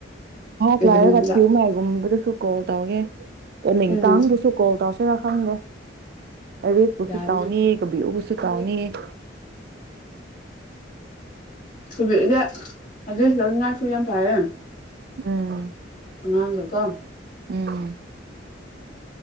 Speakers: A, on the right; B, on the left.
A: ꯀ꯭ꯂ꯭ꯂꯥꯏꯔ
B: ꯏꯚꯤꯅꯤꯡꯗ
A: ꯀ ꯊꯌ ꯃꯥꯥꯏꯒꯨꯝꯕꯗ ꯁ ꯀꯣ <inaudible> <unintelligible> ꯇꯧꯒꯦ ꯇꯨꯃꯤꯡ
B: ꯎꯝ
A: ꯀꯥꯡꯕꯨꯁꯨ ꯀꯣꯜ ꯇꯧꯁꯦꯔ ꯐꯪꯗꯦ ꯑꯔꯤꯁꯕꯨꯁꯨ
B: ꯌꯥꯕꯅ
A: ꯇꯧꯅꯤ ꯀꯕꯤꯎꯕꯨꯁꯨ ꯇꯥꯎꯅꯤ <inaudible>
B: ꯀꯕꯤꯌꯨꯗꯤ ꯑꯒꯁꯠ ꯂꯧꯅꯤꯉꯥꯏꯁꯨ ꯌꯥꯝ ꯐꯔꯦ
A: ꯎꯝ
B: ꯑꯉꯥꯡꯒ ꯀꯣ
A: ꯎꯝ